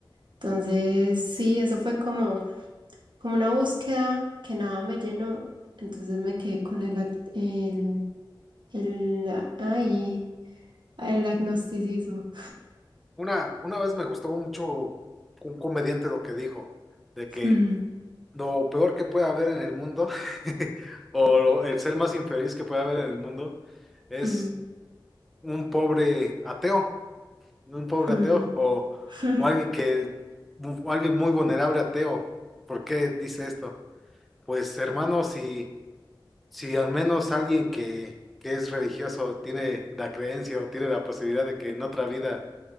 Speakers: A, on the right; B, in the centre.
A: Entonces, sí, eso fue como, como una búsqueda que nada me llenó. Entonces me quedé con el, ac- el, el, ay, el agnosticismo.
B: Una, una vez me gustó mucho un comediante lo que dijo, de que
A: <laughs> Mm,
B: lo peor que puede haber en el mundo, <laughs> o lo- el ser más infeliz que puede haber en el mundo, es
A: mm,
B: un pobre ateo, un pobre
A: mm.
B: ateo, o,
A: <laughs>
B: o alguien que, o alguien muy vulnerable ateo. ¿Por qué dice esto? Pues hermano, si, si al menos alguien que, que es religioso tiene la creencia o tiene la posibilidad de que en otra vida